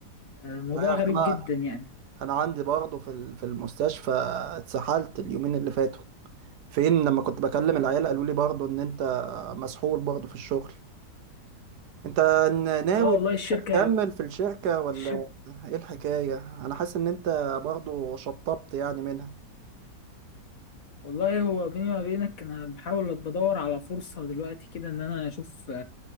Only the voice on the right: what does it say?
مش عارف
انا
انا عندي برضه في ال- في المستشفى اتسحلت اليومين اللي فاتوا فين لما كنت بكلم العيال قالوا لي برضه ان انت مسحول برضه في الشغل انت ن- ناوي
تكمل في الشركة ولا
ايه الحكاية انا حاسس ان انت برضه شطبت يعني منها